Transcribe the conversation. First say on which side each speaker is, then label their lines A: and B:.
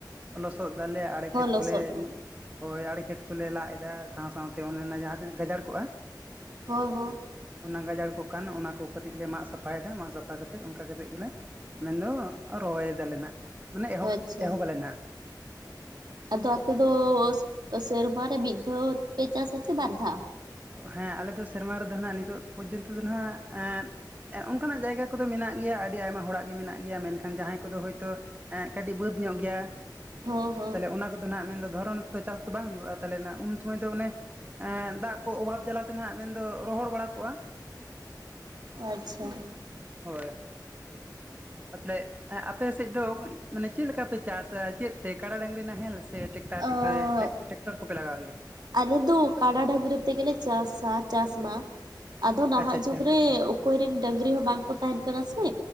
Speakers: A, on the right (about 25°); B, on the right (about 65°).
A: ᱞᱚᱥᱚᱫ ᱫᱟᱞᱮ ᱟᱲᱮ
B: ᱦᱚᱸ
A: ᱠᱷᱮᱛ
B: ᱞᱚᱥᱚᱫ
A: ᱠᱚᱞᱮ
B: ᱦᱚᱸ
A: ᱦᱳᱭ ᱟᱲᱮ ᱠᱷᱮᱛ ᱠᱚᱞᱮ ᱞᱟᱜ ᱮᱫᱟ ᱥᱟᱶ ᱥᱟᱶᱛᱮ ᱚᱱᱮ ᱚᱱᱟ ᱡᱟᱦᱟᱸ ᱛᱤᱱᱟᱹᱜ ᱜᱟᱡᱟᱲ ᱠᱚᱜ-ᱟ
B: ᱦᱳᱭ ᱦᱳ ᱾
A: ᱚᱱᱟ ᱜᱟᱡᱟᱲ ᱠᱚᱜ ᱠᱟᱱ ᱚᱱᱟ ᱠᱚ ᱠᱟᱹᱴᱤᱡ ᱞᱮ ᱢᱟᱜ ᱥᱟᱯᱷᱟᱭ ᱫᱟ, ᱢᱟᱜ ᱥᱟᱯᱷᱟ ᱠᱟᱛᱮᱫ ᱚᱱᱠᱟ ᱠᱟᱛᱮᱫ ᱜᱮᱞᱮ ᱢᱮᱱᱫᱚ ᱨᱚᱦᱚᱭ ᱫᱟᱞᱮ ᱱᱟᱦᱟᱸᱜ ᱢᱟᱱᱮ ᱮᱦᱚᱵ
B: ᱟᱪᱪᱷᱟ
A: ᱮᱦᱚᱵ ᱟᱞᱮ ᱱᱟᱦᱟᱸᱜ᱾
B: ᱟᱫᱚ ᱟᱯᱮ ᱫᱚ ᱥᱮᱨᱢᱟ ᱨᱮ ᱢᱤᱫ ᱫᱷᱟᱣ ᱯᱮ ᱪᱟᱥ ᱟᱪᱮ ᱵᱟᱨ ᱫᱷᱟᱣ?
A: ᱦᱮᱸ ᱟᱞᱮ ᱫᱚ ᱥᱮᱨᱢᱟ ᱨᱮᱫᱚ ᱱᱟᱸᱜ ᱱᱤᱛᱚᱜ ᱯᱚᱨᱡᱚᱱᱛᱚ ᱫᱚ ᱱᱟᱸᱜ ᱮ ᱚᱱᱠᱟᱱᱟᱜ ᱡᱟᱭᱜᱟ ᱠᱚᱫᱚ ᱢᱮᱱᱟᱜ ᱜᱮᱭᱟ ᱟᱹᱰᱤ ᱟᱭᱢᱟ ᱦᱚᱲᱟᱜ ᱜᱮ ᱢᱮᱱᱟᱜ ᱜᱮᱭᱟ ᱢᱮᱱᱠᱷᱟᱱ ᱡᱟᱦᱟᱸᱭ ᱠᱚᱫᱚ ᱦᱳᱭᱛᱳ ᱮ ᱠᱟᱹᱴᱤᱡ ᱵᱟᱹᱫᱽ ᱧᱚᱜ ᱜᱮᱭᱟ,
B: ᱦᱚᱸ ᱦᱚᱸ
A: ᱛᱟᱦᱚᱞᱮ ᱚᱱᱟ ᱠᱚ ᱫᱚ ᱱᱟᱦᱟᱸᱜ ᱢᱮᱱᱫᱚ ᱫᱷᱚᱨᱚᱱ ᱛᱚ ᱪᱟᱥ ᱫᱚ ᱵᱟᱝ ᱦᱩᱭᱩᱜ-ᱟ ᱛᱟᱦᱚᱞᱮ ᱱᱟᱜ ᱩᱱ ᱥᱚᱢᱚᱭ ᱫᱚ ᱚᱱᱮ ᱮᱸᱻ ᱫᱟᱜ ᱠᱚ ᱚᱵᱷᱟᱵ ᱡᱟᱞᱟᱛᱮ ᱱᱟᱦᱟᱸᱜ ᱢᱮᱱᱫᱚ ᱨᱚᱦᱚᱲ ᱵᱟᱲᱟ ᱠᱚᱜᱼᱟ ᱾
B: ᱟᱪᱪᱷᱟ ᱾
A: ᱦᱳᱭ ᱾ ᱟ ᱛᱟᱦᱚᱞᱮ ᱟᱯᱮ ᱥᱮᱫ ᱫᱚ ᱢᱟᱱᱮ ᱪᱮᱫ ᱞᱮᱠᱟ ᱯᱮ ᱪᱟᱥᱟ ᱪᱮᱫ ᱛᱮ ᱠᱟᱲᱟ ᱰᱟᱝᱨᱤ ᱱᱟᱦᱮᱞ ᱥᱮ ᱴᱮᱠᱴᱟᱨ
B: ᱚᱸᱻ
A: ᱠᱚᱯᱮ ᱴᱟᱠ-ᱴᱮᱠᱴᱚᱨ ᱠᱚᱯᱮ ᱞᱟᱜᱟᱣ ᱜᱮᱭᱟ?
B: ᱟᱞᱮ ᱫᱚ ᱠᱟᱰᱟ ᱰᱟᱹᱝᱨᱤ ᱛᱮᱜᱮᱞᱮ ᱪᱟᱥᱟ ᱪᱟᱥ ᱢᱟ, ᱟᱫᱚ ᱱᱟᱦᱟᱜ
A: ᱟᱪᱪᱷᱟ ᱟᱪᱪᱷᱟ
B: ᱡᱩᱜᱽ ᱨᱮ ᱚᱠᱚᱭ ᱨᱮᱱ ᱰᱟᱹᱝᱨᱤ ᱦᱚᱸ ᱵᱟᱝ ᱠᱚ ᱛᱟᱦᱮᱱ ᱠᱟᱱᱟ ᱥᱮ